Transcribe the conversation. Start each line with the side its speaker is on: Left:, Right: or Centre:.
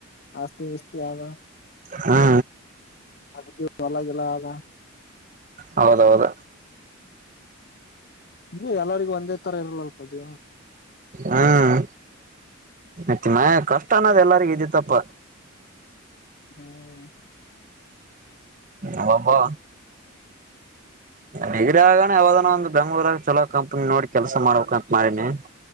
Left: ಆಸ್ತಿ ಗೀಸ್ತಿ ಆದ
Right: ಹಾ
Left: ಅದಕ ಹೊಲ-ಗಿಲಾ ಆದ
Right: ಹೌದೌದ
Left: <unintelligible> ಎಲ್ಲರಿಗೂ ಒಂದೇ ಥರ ಇರಲ್ಲವು ಅದು
Right: ಹ್ಮ್ ಮತ್ತ ಮ ಕಷ್ಟ ಅನ್ನೋದ್ ಎಲ್ಲರಿಗ ಇದ್ದತ್ತಪ್ಪ
Left: ಹ್ಮ್
Right: ಅವೊಬ್ಬವ ಡಿಗ್ರಿ ಆಗನ ಯಾವದಾನ ಒಂದು ಬೆಂಗಳೂರಗ ಚಲೋ ಕಂಪ್ನಿ ನೋಡಿ ಕೆಲಸ ಮಾಡ್ಬೇಕಂತ ಮಾಡಿನಿ